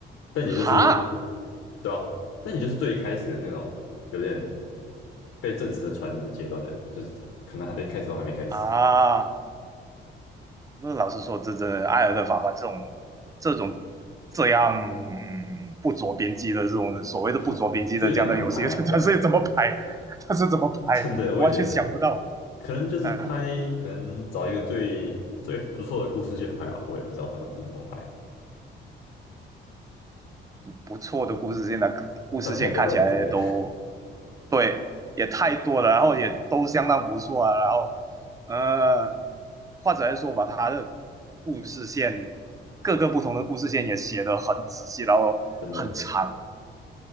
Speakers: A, on the left; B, on the right.
A: 但也就是
B: 哈
A: 对啊，但也就是最一开始的那种有点被证实的传言的阶段而已，就是他可能还没开始都还没开始，
B: 啊。不是，老实说，这这艾尔的法官这种这种这样、嗯、不着边际的这种所谓的不着边际的这样的游戏，
A: 很这有点难拍啊。
B: <laughs> 他是怎么拍？
A: 对啊，
B: 他是怎么拍？
A: <laughs> 真的我也觉得，
B: 我完全想不到。
A: 可能就是拍，
B: 嗯，
A: 可能找一个最最不错的故事线拍吧，我也不知道他们怎么怎么拍，
B: 不错的故事线的故事线看起来都
A: 但太多了，真的
B: 对，也太多了，然后也都相当不错啊。然后，呃，或者来说吧，他的故事线各个不同的故事线也写得很仔细，然后很长，
A: <laughs> 真的。